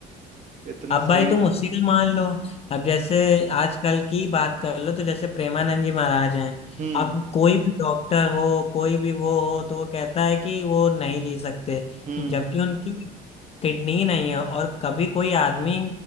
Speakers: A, on the right; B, on the left.
A: इतना
B: अब भाई
A: सही
B: तुम उसी का मान लो अब जैसे
A: हम्म
B: आजकल की बात कर लो तो जैसे प्रेमानंद जी महाराज हैं
A: हम्म
B: अब कोई भी डॉक्टर हो कोई भी वो हो तो वो कहता है कि वो नहीं जी सकते
A: हम्म
B: जबकि उनकी किडनी नहीं है और कभी कोई आदमी